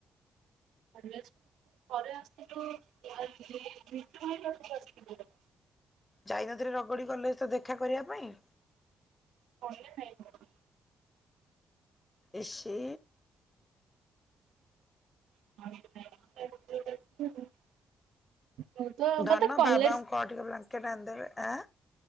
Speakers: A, on the right; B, on the left.
A: ମନେଅଛି ପରେ ଆସିଥିଲୁ <unintelligible> ଭିତରୁକୁ <unintelligible>
B: ଯାଇ ନଥିନି ରଗଡି କଲେଜ ତତେ ଦେଖା କରିବା ପାଇଁ?
A: କଲେଜ ନାଇ <unintelligible>
B: ଇସି
A: <unintelligible> ମୁଁ ତ
B: ଧନ
A: ମତେ କଲେଜ
B: ବାବାଙ୍କୁ କହ ଟିକେ ବ୍ଲାଙ୍କେଟ୍ ଆଣିଦେବେ ଆଁ?